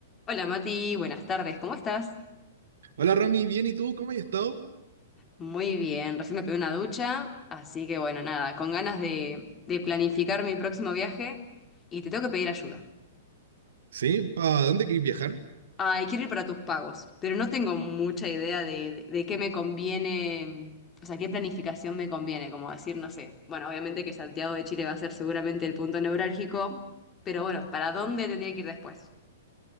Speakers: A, on the left; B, on the right.
A: Hola Mati, buenas tardes, ¿cómo estás?
B: Hola Romy, bien, ¿y tú? ¿Cómo has estado?
A: Muy bien, recién me pegué una ducha, así que bueno, nada, con ganas de, de planificar mi próximo viaje y te tengo que pedir ayuda.
B: ¿Sí? ¿Para dónde querés viajar?
A: Ay, quiero ir para tus pagos, pero no tengo mucha idea de, de qué me conviene, o sea, qué planificación me conviene, como decir, no sé. Bueno, obviamente que Santiago de Chile va a ser seguramente el punto neurálgico, pero bueno, ¿para dónde tendría que ir después?